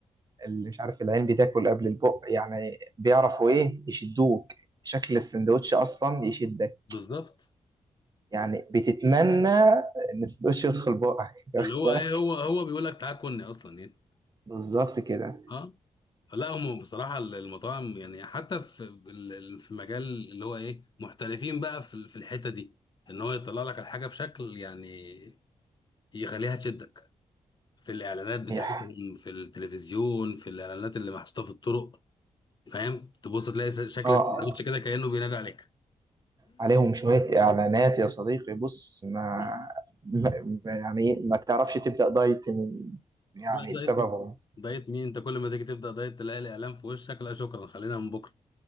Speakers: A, on the right; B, on the left.
A: اللي مش عارف العين بتاكل قبل البق يعني بيعرفوا ايه يشدوك شكل السندوتش اصلا يشدك
B: بالظبط
A: يعني بتتمنى ان السندوتش يدخل بقك <laughs> انت واخد
B: اللي هو
A: بالك
B: ايه هو هو بيقول لك تعال كلني اصلا يعني
A: بالظبط كده
B: اه لا هم بصراحه المطاعم يعني حتى في ال- في مجال اللي هو ايه محترفين بقى في ال- في الحته دي ان هو يطلع لك الحاجه بشكل يعني يخليها تشدك في الاعلانات بتاعتهم
A: صحيح
B: في التلفزيون في الاعلانات اللي محطوطه في الطرق فاهم تبص تلاقي شكل
A: اه
B: السندوتش كده كانه بينادي عليك
A: عليهم شوية إعلانات يا صديقي بص ما,
B: <coughs>
A: ما ما- يعني ما تعرفش تبدأ دايت من يعني
B: لا دايت
A: بسببهم
B: مين دايت مين انت كل ما تيجي تبدا دايت تلاقي الاعلان في وشك لا شكرا خلينا من بكره